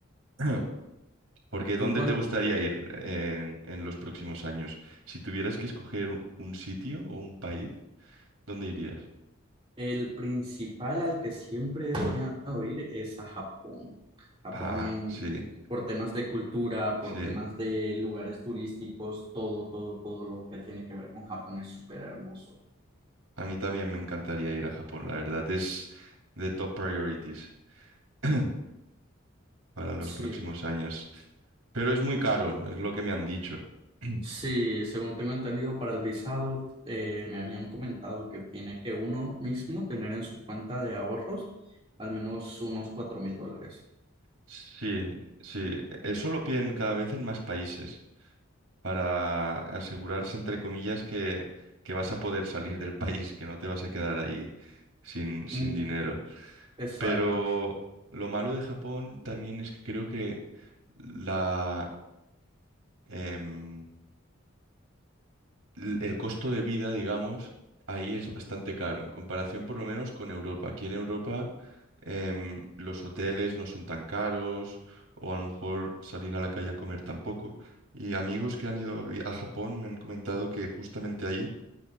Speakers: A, on the right; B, on the right.
A: <clears throat> Porque
B: Tú,
A: ¿dónde
B: Juan,
A: te gustaría ir en, en los próximos años? Si tuvieras que escoger un sitio o un país, ¿dónde irías?
B: el principal al que siempre he soñado ir es a Japón. Japón,
A: Ah, sí,
B: por temas de cultura,
A: sí.
B: por temas de lugares turísticos, todo, todo, todo lo que tiene que ver con Japón es súper hermoso.
A: A mí también me encantaría ir a Japón, la verdad. Es de top priorities <clears throat> para los
B: Sí,
A: próximos años. Pero es muy caro, es lo que me han dicho. <clears throat>
B: Sí, según tengo entendido, para el visado eh, me habían comentado que tiene que uno mismo tener en su cuenta de ahorros al menos unos cuatro mil dólares.
A: Sí, sí. e, Eso lo piden cada vez en más países. para asegurarse, entre comillas, que, que vas a poder salir del país, que no te vas a quedar ahí sin, sin
B: Mm,
A: dinero.
B: Exacto.
A: Pero lo malo de Japón también es que creo que la, em, l- el costo de vida, digamos, ahí es bastante caro, en comparación por lo menos con Europa. Aquí en Europa... em, los hoteles no son tan caros, o a lo mejor salir a la calle a comer tampoco. Y amigos que han ido a vi- a Japón me han comentado que justamente ahí